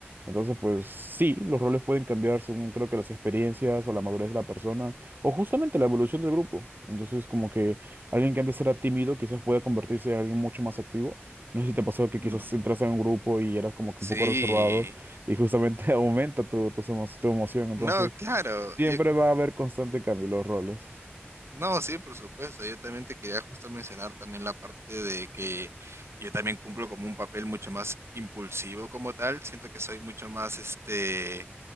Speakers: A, on the right (about 50°); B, on the right (about 80°).
A: Entonces, pues sí, los roles pueden cambiar según creo que las experiencias o la madurez de la persona o justamente la evolución del grupo. Entonces, como que alguien que antes era tímido quizás pueda convertirse en alguien mucho más activo. No sé si te pasó que
B: No.
A: quizás entras en un grupo y eras como que
B: Sí.
A: un poco reservado y justamente <laughs> aumenta tu, tus emo- tu emoción. Entonces,
B: No, claro.
A: siempre
B: Yo,
A: va a haber constante cambio en los roles.
B: No, sí, por supuesto. Yo también te quería justo mencionar también la parte de que yo también cumplo como un papel mucho más impulsivo como tal. Siento que soy mucho más este